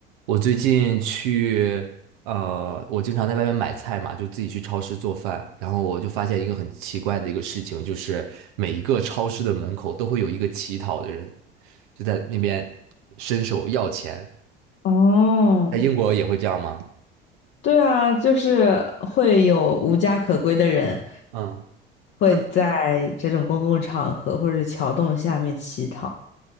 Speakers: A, on the right; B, on the left.
A: 我最近去，呃，我经常在外面买菜嘛，就自己去超市做饭，然后我就发现一个很奇怪的一个事情，就是每一个超市的门口都会有一个乞讨的人，就在那边伸手要钱。
B: 哦，
A: 在英国也会这样吗？
B: 对啊，就是会有无家可归的人
A: 嗯，
B: 会在这种公共场合或者是桥洞下面乞讨。
A: 那